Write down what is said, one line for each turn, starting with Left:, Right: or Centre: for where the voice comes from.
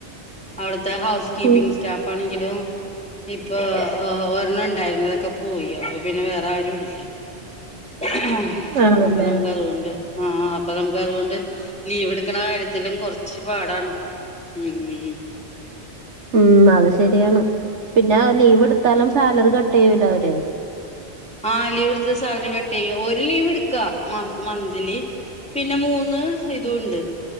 Centre: അവ്ട്ത്തെ ഹൗസ് കീപ്പിംഗ്
Right: ഉം.
Centre: സ്റ്റാഫ്ണെങ്കിലും ഇപ്പൊ ഒരെണ്ണം ഉണ്ടായിരുന്നതൊക്കെ പോയി അപ്പ പിന്നെ വേറെ ആരും ഇല്ല ആ
Right: ആണല്ലേ.
Centre: അപ്പ നമുക്ക് അതൊണ്ട് ആ അപ്പ നമുക്ക് അതുകൊണ്ട് ലീവ്ട്ക്കണ കാര്യത്തിലും കൊർച്ച് പാടാണ് ഉം ഉം ഉം
Right: ഉം അത് ശരിയാണ് പിന്നെ ലീവ്ട്ത്താലും സാലറി കട്ട് ചെയ്യൂലെ അവര്
Centre: ആ ലീവ്ട്ത്താ സാലറി കട്ട് ചെയ്യും ഒരു ലീവ്ട്ക്കാ മന്ത്ലി പിന്നെ മൂന്ന് ഇതൂണ്ട്